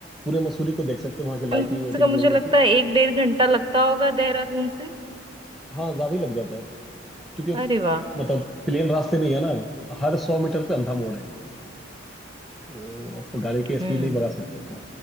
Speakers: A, in the centre; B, on the right.
A: पूरे मसूरी को देख सकते हो वहाँ की लाइटिंग
B: कम
A: वाइटिंग
B: से कम मुझे
A: जो भी होती
B: लगता
A: है
B: है एक डेढ़ घंटा लगता होगा देहरादून से
A: हाँ ज्यादा ही लग जाता है क्योंकि
B: अरे वाह
A: अ, मतलब प्लेन रास्ते नहीं है ना हर सौ मीटर पे अंधा मोड़ है वो आप गाड़ी की स्पीड
B: हम्म
A: नहीं बढ़ा सकते हाँ